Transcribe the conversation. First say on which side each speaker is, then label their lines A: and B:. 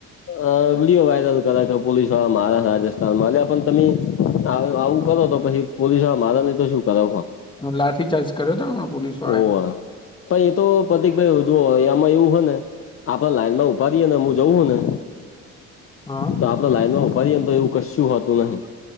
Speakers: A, on the left (about 45°); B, on the left (about 15°).
A: અ વિડિયો વાયરલ કર પોલીસ વાળા મહારાષ્ર રાજસ્થાનમાં પણ તમે આવું કરો તો પછી પોલીસ વાળા મારે નહી તો શું કરાવ.
B: હ લાઠીચાર્જ કર્યો હતોમ પોલીસ. વાળાએ
A: ઓ તો એ તો પતિક ભાઈ જો એમાં એવું હો ને આપે લાઈન માં ઉપાડીએે ને હું જવું ને
B: હા
A: તો આપડ લાઈનમાં ઉપાડીએ તો એવું કશું હોતું નહી.